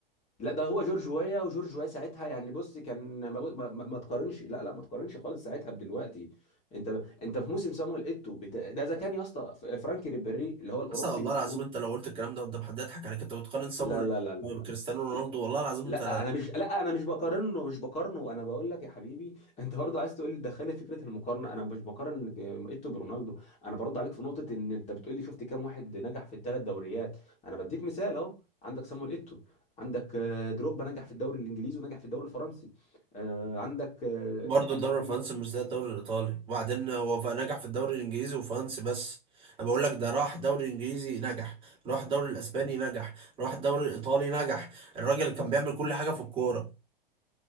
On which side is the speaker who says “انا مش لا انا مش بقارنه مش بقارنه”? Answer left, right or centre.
Left